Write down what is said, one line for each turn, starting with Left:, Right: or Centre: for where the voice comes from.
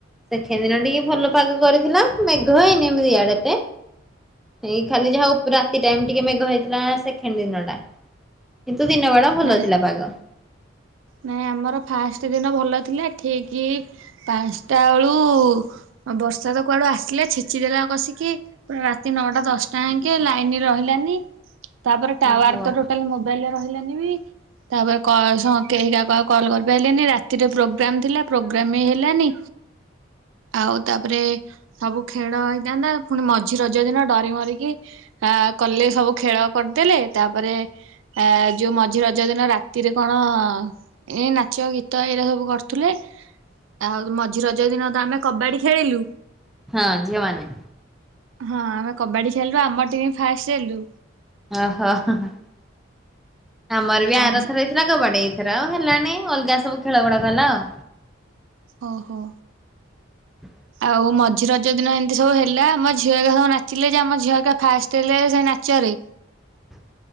Centre: ସେକେଣ୍ଡ ଦିନ ଟିକେ ଭଲ ପାଗ କରିଥିଲା। ମେଘ ହେଇନି ଏମିତି ଇଆଡ଼େ ଏତେ। ଏଇ ଖାଲି ଯାହା ରାତି ଟାଇମ ଟିକେ ମେଘ ହେଇଥିଲା ସେକେଣ୍ଡ ଦିନ ଟା। କିନ୍ତୁ ଦିନ ବେଳା ଭଲ
Right: ନାଇଁ
Centre: ଥିଲା ପାଗ।
Right: ନାଇଁ ଆମର ଫାଷ୍ଟ ଦିନ ଭଲ ଥିଲା ଠିକ୍ ପାଞ୍ଚଟା ବେଳୁ ବର୍ଷା ତ କୁଆଡୁ ଆସିଲେ ଛେଚିଦେଲା କସିକି ପୁରା ରାତି ନଅଟା ଦଶଟା ଯାକେ ଲାଇନ ରହିଲାନି। ତାପରେ ଟାୱାର
Centre: ଓହୋ।
Right: ତ ଟୋଟାଲ ମୋବାଇଲରେ ରହିଲାନି ବି ତାପରେ କଁ ସ କେହି କାକୁ ଆଉ କଲ୍ କରିପାରିଲାନି ରାତିରେ ପ୍ରୋଗ୍ରାମ ଥିଲା ପ୍ରୋଗ୍ରାମ ବି ହେଲାନି। ଆଉ ତାପରେ ସବୁ ଖେଳ ହେଇଥାନ୍ତା ପୁଣି ମଝି ରଜ ଦିନ ଡରି ମରିକି ଆ କଲେ ସବୁ ଖେଳ କରିଦେଲେ ତାପରେ ଆ ଯୋଉ ମଝି ରଜ ଦିନ ରାତିରେ କଣ ଏ ନାଚ ଗୀତ ଏଇରା ସବୁ କରୁଥିଲେ। ଆଉ ମଝି ରଜ ଦିନ ତ ଆମେ କବାଡ଼ି ଖେଳିଲୁ।
Centre: ହଁ ଝିଅ ମାନେ।
Right: ହଁ ଆମେ କବାଡି ଖେଳିଲୁ ଆମ ଟିମ ଫାଷ୍ଟ ହେଲୁ।
Centre: ଓହୋ ହଁ ହଁ ଆମର ବି ଆରଥର
Right: ଆଉ
Centre: ହେଇଥିଲା କବାଡ଼ି ଏଇଥର ଆଉ ହେଲାଣି ଅଲଗା ସବୁ ଖେଳ ଗୁଡ଼ାକ ହେଲା ଆଉ।
Right: ଓହୋ।
Centre: <inaudible>
Right: ଆଉ ମଝି ରଜ ଦିନ ଏମିତି ସବୁ ହେଲା ଆମ ଝିଅ ହାରିକା ସବୁ ନାଚିଲେ ଯେ ଆମ ଝିଅ ହାରିକା ଫାଷ୍ଟ ହେଲେ ସେ ନାଚରେ।
Centre: <inaudible>